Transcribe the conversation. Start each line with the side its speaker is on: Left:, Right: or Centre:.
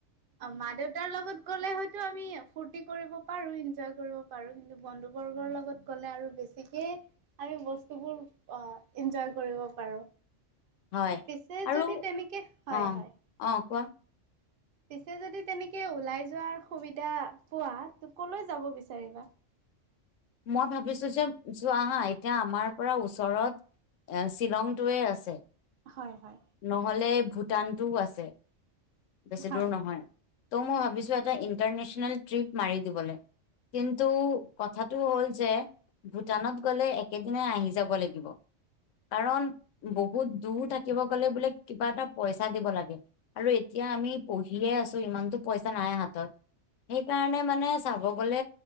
Right: অ মা দেউতাৰ লগত গ'লে হয়তো আমি ফূৰ্তি কৰিব পাৰো। ইনজয় কৰিব পাৰোঁ কিন্তু বন্ধুবৰ্গৰ লগত গ'লে আৰু বেছিকে আমি বস্তুবোৰ অ ইনজয় কৰিব পাৰো।
Left: হয়।
Right: পিছে
Left: আৰু
Right: যদি তেনেকে হয়
Left: অ
Right: হয়।
Left: অ কোৱা
Right: পিছে যদি তেনেকে ওলাই যোৱাৰ সুবিধা পোৱা ত কলৈ যাব বিচাৰিবা?
Left: মই ভাবিছো যে চোৱা হা এতিয়া আমাৰ পৰা ওচৰত এ শ্বিলংটোৱে আছে।
Right: হয় হয়
Left: নহলে ভূটানটোও আছে। বেছি
Right: হয়
Left: দূৰ নহয়। তৌ মই ভাবিছো এটা ইণ্টাৰনেশ্যনেল ট্ৰিপ মাৰি দিবলে। কিন্তু কথাটো হ'ল যে ভূটানত গ'লে একেদিনাই আহি যাব লাগিব। কাৰণ বহুত দূৰ থাকিব। কলে বোলে কিবা এটা পইচা দিব লাগে আৰু এতিয়া আমি পঢ়িয়ে আছো ইমানতো পইচা নাই হাত ত। সেইকাৰণে মানে চাব গলে